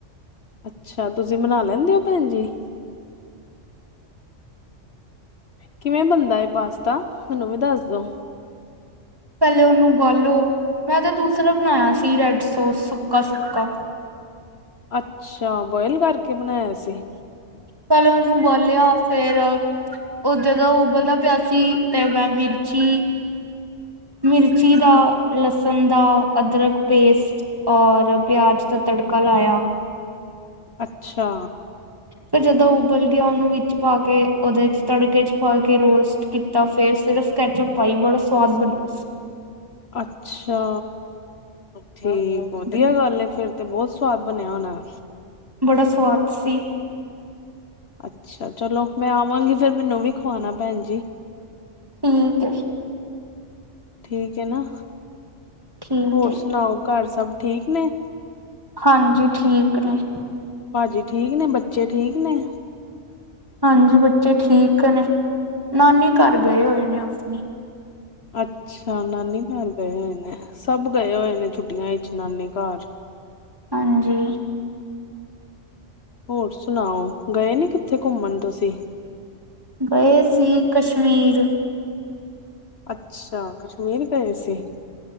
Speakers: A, on the left; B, on the right.
A: ਅੱਛਾ, ਤੁਸੀਂ ਬਣਾ ਲੈਂਦੇ ਹੋ ਭੈਣ ਜੀ? ਕਿਵੇਂ ਬਣਦਾ ਏ ਪਾਸਤਾ, ਮੈਨੂੰ ਵੀ ਦੱਸ ਦੋ।
B: ਪੈਲੇ ਉਹਨੂੰ ਬਾਲੋ, ਮੈਂ ਤਾਂ ਦੂਸਰਾ ਬਣਾਇਆ ਸੀ ਰੈਡ ਸੋਸ ਸੁੱਕਾ ਸੁੱਕਾ।
A: ਅੱਛਾ, ਬੋਇਲ ਕਰਕੇ ਬਣਾਇਆ ਸੀ।
B: ਪੈਲੇ ਉਹਨੂੰ ਉਬਾਲਿਆ ਫੇਰ ਉਹ ਜਦੋਂ ਉਬਲਦਾ ਪਿਆ ਸੀ। ਤੇ ਮੈਂ ਵਿਰਚੀ ਮਿਰਚੀ ਦਾ ਲਸਣ ਦਾ ਅਦਰਕ ਪੇਸਟ, ਔਰ ਪਿਆਜ਼ ਦਾ ਤੜਕਾ ਲਾਇਆ।
A: ਅੱਛਾ।
B: ਫਿਰ ਜਦੋਂ ਉਬਲ ਗਿਆ, ਉਹਨੂੰ ਵਿੱਚ ਪਾ ਕੇ, ਓਦੇ 'ਚ ਤੜਕੇ ਚ ਪਾ ਕੇ ਰੋਸ ਕੀਤਾ ਫੇਰ ਸਿਰਫ਼ ਕੈਚੋ ਪਾਈ, ਬੜਾ ਸਵਾਦ ਬਣਿਆ ਸੀ।
A: ਅੱਛਾ, ਠੀਕ ਵਧੀਆ
B: ਸੀ।
A: ਗੱਲ ਐ ਫੇਰ ਤੇ ਬੋਤ ਸਵਾਦ ਬਣਿਆ ਹੋਣਾ।
B: ਬੜਾ ਸਵਾਦ ਸੀ।
A: ਅੱਛਾ, ਚਲੋ ਮੈਂ ਆਵਾਂਗੀ ਫੇਰ ਮੈਨੂੰ ਵੀ ਖਵਾਣਾ ਭੈਣ ਜੀ।
B: ਠੀਕ ਏ ਐ।
A: ਠੀਕ ਐ ਨਾ,
B: ਠੀਕ
A: ਹੋਰ
B: ਹੈ
A: ਸੁਣਾਓ ਘਰ ਸਭ ਠੀਕ ਨੇ?
B: ਹਾਂਜੀ ਠੀਕ ਨੇ।
A: ਭਾਜੀ ਠੀਕ ਨੇ, ਬੱਚੇ ਠੀਕ ਨੇ?
B: ਹਾਂਜੀ, ਬੱਚੇ ਠੀਕ ਨੇ, ਨਾਨੀ ਘਰ ਗਏ ਹੋਏ ਨੇ ਆਪਣੀ।
A: ਅੱਛਾ, ਨਾਨੀ ਘਰ ਗਏ ਹੋਏ ਨੇ, ਸਭ ਗਏ ਹੋਏ ਨੇ ਛੁੱਟੀਆਂ ਵਿੱਚ ਨਾਨੀ ਘਰ।
B: ਹਾਂਜੀ।
A: ਹੋਰ ਸੁਣਾਓ, ਗਏ ਨੀ ਕਿੱਥੇ ਘੁੰਮਣ ਤੁਸੀਂ?
B: ਗਏ ਸੀ ਕਸ਼ਮੀਰ।
A: ਅੱਛਾ, ਕਸ਼ਮੀਰ ਗਏ ਸੀ।